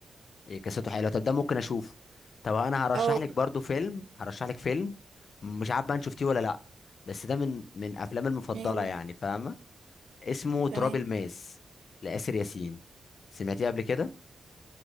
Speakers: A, on the left; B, on the right.
A: إيه قصته حلوة طب ده ممكن اشوفه طب انا هرشح
B: اه
A: لك برضو فيلم هرشح لك فيلم مش عارف بقى انت شفتيه ولا لا بس ده من من افلامي المفضلة
B: ايوه
A: يعني فاهمة اسمه تراب
B: تمام
A: الماس لآسر ياسين سمعتيه قبل كده